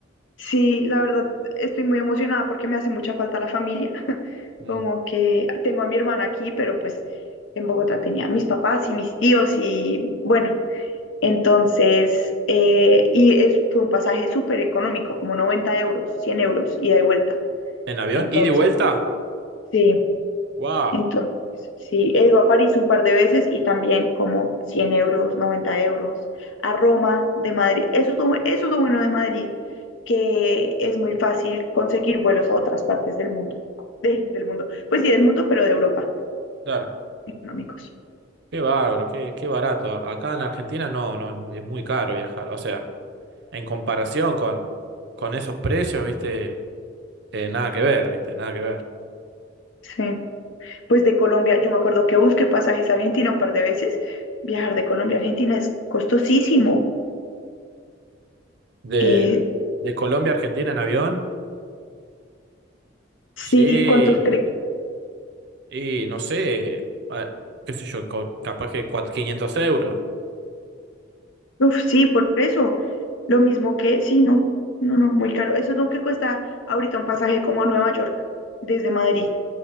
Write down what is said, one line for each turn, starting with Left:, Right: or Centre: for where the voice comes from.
Left: sí, la verdad estoy muy emocionada porque me hace mucha falta la familia.
Right: Mm.
Left: Como que tengo a mi hermana aquí, pero pues en Bogotá tenía a mis papás y mis tíos y bueno, Entonces, eh, y es, fue un pasaje súper económico, como 90 euros, 100 euros, ida y vuelta.
Right: ¿En avión?
Left: Entonces,
Right: ¿Y de vuelta?
Left: sí,
Right: ¡Wow!
Left: entonces, sí, he ido a París un par de veces y también como 100 euros, 90 euros, a Roma de Madrid. Eso es lo, bu- eso es lo bueno de Madrid, que es muy fácil conseguir vuelos a otras partes del mundo, de- del mundo, pues sí, del mundo, pero de Europa,
Right: Claro.
Left: económicos.
Right: Qué bárbaro, qué, qué barato. Acá en Argentina no, no, es muy, es muy caro viajar. O sea, en comparación con, con esos precios, viste, eh, nada que ver, viste, nada que ver.
Left: Sí. pues de Colombia, yo me acuerdo que busqué pasajes a Argentina un par de veces. Viajar de Colombia a Argentina es costosísimo.
Right: De,
Left: Eh,
Right: de Colombia a Argentina en avión,
Left: sí,
Right: sí.
Left: ¿cuántos crees?
Right: Y no sé, ah, qué sé yo, co- capaz que cuatro quinientos euros.
Left: Uf, sí, por eso. Lo mismo que, sí, no, no, no, muy caro. Eso es lo que cuesta ahorita un pasaje como a Nueva York, desde Madrid.